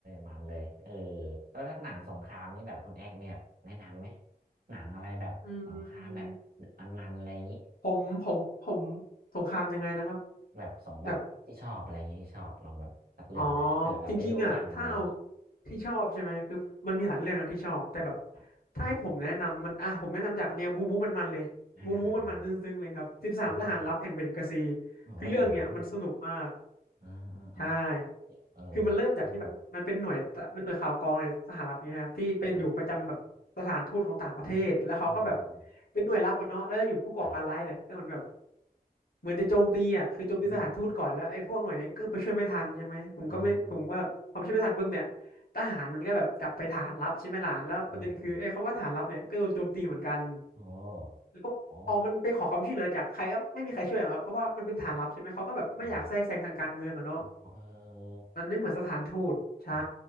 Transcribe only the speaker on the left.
อืม
ผมผมผมสงครามยังไงนะครับ
แบบอ๋อจริงๆอ่ะถ้าเอาที่ชอบใช่ไหมคือมันมีหลายเรื่องนะที่ชอบแต่แบบ
ถ้าให้ผมแนะนำมันอ่ะผมแนะนำจากแนวบู๊บู๊มันๆเลยบู๊บู๊มันๆซึ้งๆเลยครับสิบสามทหารลับแห่งเบงกาซี
คือเรื่องเนี้ยมันสนุกมาก
ใช่
คือมันเริ่มจากที่แบบมันเป็นหน่วยตะมันหน่วยข่าวกรองในสหรัฐเนี่ยครับที่ไปอยู่ประจำแบบสถานทูตของต่างประเทศแล้วเขาก็แบบ
เป็นหน่วยลับมันเนาะแล้วอยู่ผู้ก่อการร้ายเนี่ยก็เหมือนแบบ
เหมือนจะโจมตีอ่ะคือโจมตีสถานทูตก่อนแล้วไอ้พวกหน่วยเนี้ก็ไปช่วยไม่ทันใช่ไหมผมก็ไม่ผมว่าพอไม่ช่วยไม่ทันปุ๊บเนี่ย
ทหารมันก็แบบกลับไปฐานลับใช่ไหมล่ะแล้วประเด็นคือไอ้คำว่าฐานลับเนี่ยก็โดนโจมตีเหมือนกัน
แล้วพอมันไปขอความช่วยเหลือจากใครก็ไม่มีใครช่วยหรอกครับเพราะว่ามันเป็นฐานลับใช่ไหมเขาก็แบบไม่อยากแทรกแซงทางการเมืองอะเนาะ
มันไม่เหมือนสถานทูตใช่